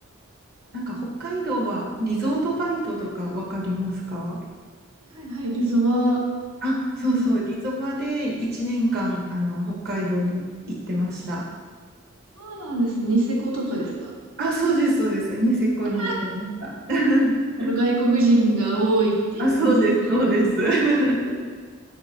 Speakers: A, on the right (about 45°); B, on the right (about 75°).
A: なんか北海道はリゾートバイトとかわかりますか
B: はいはい、リゾバ。
A: あ、そうそう。
B: うん。
A: リゾバで1年間、あの、北海道に行ってました。
B: そうなんです。ニセコとかですか
A: あ、そうです、そうです。ニセコに行ってました。
B: ああ、
A: <laughs>
B: あの、外国人が多いっていうニセコ。
A: あ、そうです、
B: <laughs>
A: そうです。<laughs>